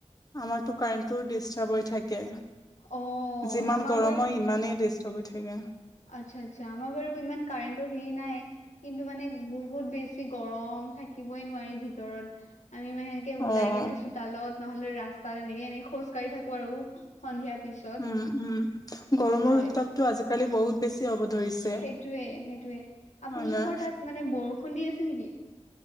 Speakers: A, on the left (about 30°); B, on the left (about 85°).
A: আমাৰটো কাৰেন্টটো ডিষ্টাৰ্ব হৈ থা কে।
B: অ
A: যিমান
B: আমাৰ
A: গৰম হয় ইমানেই ডিষ্টাৰ্ব হৈ থাকে।
B: আচ্ছা-আচ্ছা' আমাৰ বাৰু ইমান কাৰেণ্টৰ হেৰি নাই। কিন্তু মানে বহুত বেছি গৰম, থা থাকিবই নোৱাৰি ভিতৰত। আমি মানে সেনেকে ওলাই
A: অ',
B: কেনে চ'ব <inaudible> চোতালত নহলে ৰাস্তাত এনেকে-এনেকে খোজকাঢ়ি থাকো আৰু। <inaudible> সন্ধিয়াৰ পিছত। <unintelligible>
A: উম-উম! গৰমৰ
B: হয়
A: উত্তাপটো আজিকালি বহুত বেছি হ'ব ধৰিছে। <inaudible>
B: সেইটোৱে-সেইটোৱে। আপোনালোকৰ
A: হয় নাই?
B: তাত মানে বৰষুণ দি আছে নেকি? <inaudible>